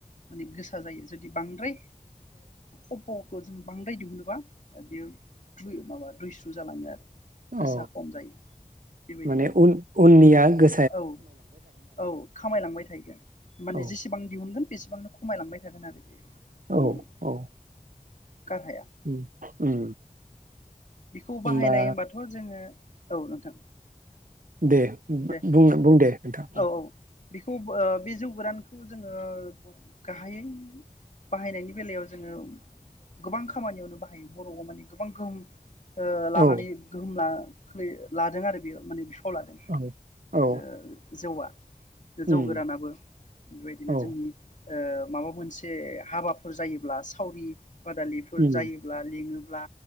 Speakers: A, on the left; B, on the right.
A: माने गोसा जायो जुदि बांद्राय ओ खफ'खौ जों बांद्राय दिहुबा बेयो दैसु माबा दुइस्रु जालाङो आरो
B: अ
A: गोसा खम जायो बेबायदिनो
B: माने उन उननिया गो
A: औ औ खामायलांबाय थागोन माने
B: औ
A: जेसेबां दि हुनगोन बेसेबांनो खमायलांबाय थागोन आरो बेयो उम
B: औ औ
A: गाहाया
B: उम उम
A: बेखौ बाहायनाय
B: होमबा
A: होनबाथ' जोङो औ नोंथां
B: दे
A: दे
B: बुं बुं दे नोंथां
A: औ औ बेखौ बे ओ जौ गोरानखौ जोङो गाहायै बाहायनायनि बेलायाव जोङो गोबां खामानियावनो बाहायो बर'आव माने गोबां गोहोम ओ लानानै
B: औ
A: गोहोम ला खोलैयो लादों आरो बियो माने अ लादों हेल
B: औ औ
A: जौआ
B: उम
A: जौ गोरानाबो बेबायदिनो
B: औ
A: जोंनि ओ माबा मोनसे हाबाफोर जायोब्ला सावरि बादालिफोर
B: उम
A: जायोब्ला लिङो ब्ला